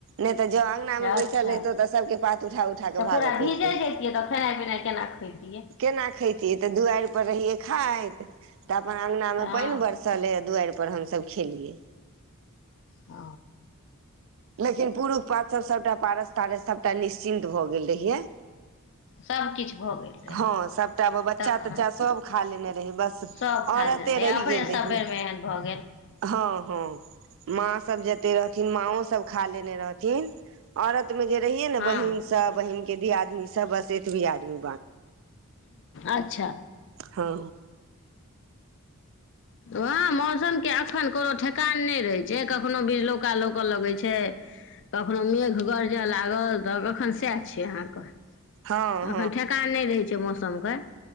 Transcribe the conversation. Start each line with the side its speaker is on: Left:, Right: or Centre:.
Right: ने ते जे अंगना अंगना मे
Left: अच्छा
Right: बैसल रहतौ तऽ सबके पात उठा उठा केऽ
Left: तऽ पूरा
Right: भागऽ
Left: भीजे
Right: पड़तै
Left: जैतियै तऽ खेनाइ पिनाइ केना खैतियै
Right: केना खैतियै तऽ दुआर पर रहियै खाइत तऽ अपन अंगना
Left: हँ
Right: मे पैन बरसले दुआर पर हमसभ खेलियै
Left: ओ
Right: लेकिन पूरुख पात स सबटा पारस तारस सबटा निश्चिन्त भ गेल रहिये
Left: सभकिछु भऽ गेल रहै
Right: हँ सबटा बच्चा
Left: तखन
Right: तच्चा सब खा लेने रहे बस
Left: सभ खा
Right: औरते
Left: लेने
Right: रैह
Left: रहै अपने
Right: गेल रहि
Left: सभेरमे एहन भऽ गेल
Right: हँ हँ माँ सब जते रहथिन माँओ सब खालेनै रहथिन औरतमे जे रहीये न
Left: हँ
Right: बहीन सब बहीन दियादनी सब बस एतबी आदमी
Left: अच्छा
Right: हँ
Left: वह मौसमके एखन कोनो ठेकान नहि रहैत छै कखननो बिरलौका लौकय लगैत छै कखनो मेघ गरजय लागल तऽ कखन सएह छियै अहाँके
Right: हँ
Left: अखन ठेकान नहि रहैत छै मौसमके